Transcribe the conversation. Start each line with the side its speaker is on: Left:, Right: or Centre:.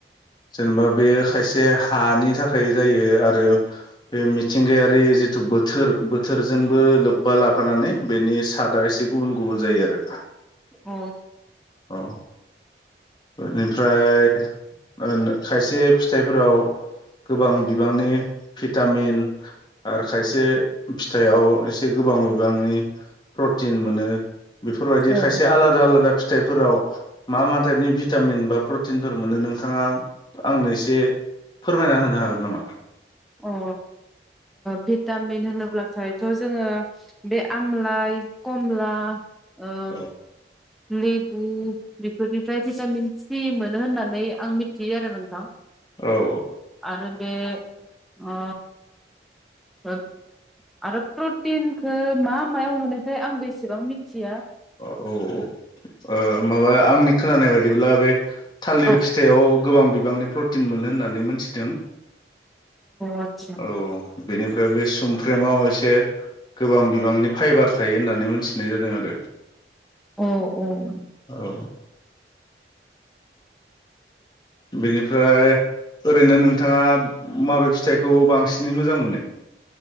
Left: जेनेबा बेयो खायसे हानि थाखाय जायो आरो बे मिथिंगायारि जिथु बोथोर बोथोरजोंबो लोब्बा लाफानानै बेनि सादआ एसे गुबुन गुबुन जायो आरो
Centre: अ
Left: औ बेनिफ्राय ओनो खायसे फिथाइफोराव गोबां बिबांनि भिटामिन आरो खायसे फिथाइआव एसे गोबां बिबांनि प्रटिन मोनो बेफोरबायदि
Centre: अ
Left: खायसे आलादा आलादा फिथाइफोराव मा मा थाइफनि भिटामिन बा प्रटिनफोर मोननो नोंथाङा आंनो एसे फोरमायना होनो हागोन नामा?
Centre: अ ओ भिटामिन होनोब्लाथायथ' जोङो बे आमलाइ खमला ओ
Left: औ
Centre: लेबु बेफोरनिफ्राय भिटामिन सि मोनो होननानै आं मिथियो आरो नोंथां।
Left: औ
Centre: आरो बे ओ अ आरो प्रटिनखौ मा मायाव मोनोथाय आंबो एसेबां मिथिया।
Left: औ औ ओ माबा आंनि खोनानाय बायदि बिबदिब्ला बे थालिर
Centre: औ
Left: फिथाइआव गोबां बिबांनि प्रटिन मोनो होननानै मोनथिदों।
Centre: आतसा
Left: औ बेनिफ्राय बे सुमफ्र्रेमाव एसे गोबां बिबांनि फाइबार थायो होननानै मोनथिनाय जादों आरो।
Centre: औ औ ।
Left: औ बिनिफ्राय ओरैनो नोंथाङा माबे फिथाइखौ बांसिनै मोजां मोनो?